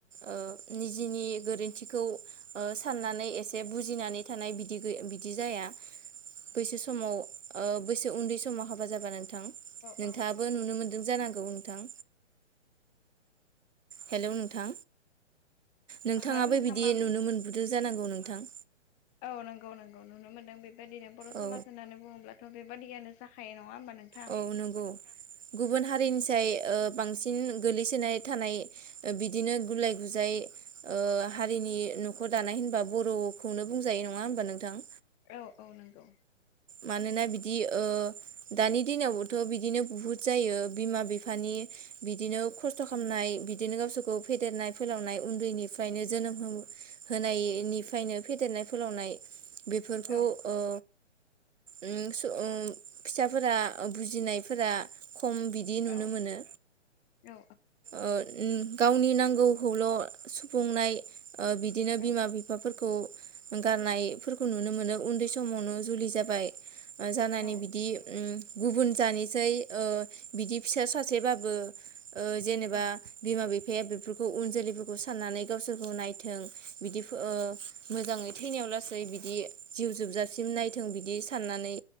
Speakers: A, on the right; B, on the left.
A: ओ निजेनि गोरोन्थिखौ ओ साननानै एसे बुजिनानै थानाय बिदि गै बिदि जाया। बैसो समाव ओ बैसो उन्दै समाव हाबा जाबा नों थां नोंथाङाबो
B: औ
A: नुनो मोनदों जानां गौ नोंथां। हेल' नोंथां। नोंथांङाबो
B: ओहो नोंथां
A: बिदि
B: मा बुं
A: नुनो मोनबोदो। जानांगौ नोंथां।
B: औ नंगौ नंगौ नुनो मोनदों बे बायदिनो बर'
A: औ
B: समाज होननानै बुङोब्ला। थ' बेबादियानो जाखायो होमबा नोंथां
A: औ नंगौ गुबुन हारिनि फिथाइ ओ बांसिन गोलैसोनाय थानाय बिदिनो गुलाय गुजाय ओ हारिनि न'खर दानाय होनबा बर'खौनो बुंजायो नङा होमबा नोंथां?
B: औ औ नंगौ।
A: मानोना बिदि ओ दानि दिनावबोथ' बिदिनो बुहुद जायो बिमा बिफानि बिदिनो खस्थ' खालामनाय बिदिनो गावसोरखौ फेदेरनाय फोलावनाय उन्दैनि फ्रायनो जोनोम होनायनिफ्रायनो फेदेरनाय फोलावनाय बेफोरखौ
B: औ
A: ओ उम उम फिसाफोरा बुजिनायफोरा खम बिदि नुनो
B: औ
A: मोनो
B: औ
A: ओ उ गावनि नांगौखौल' सुफुंनाय ओ बिदिनो
B: औ
A: बिमा बिफाफोर खौ गारनायफोरखौ नुनो मोनो उनदै समावनो जुलि जाबाय जानानै
B: औ
A: बिदि उम गुबुन जानिसै ओ बिदि फिसा सासेबाबो ओ जेनेबा
B: औ
A: बिमा बि फाया बेफोरखौ उन जोलैफोरखौ साननानै गावसोरखौ नायथों बिदि ओ मोजाङै थैनायाव लासै बिदि जिउ जोबजासिम नाय थों बिदि साननानै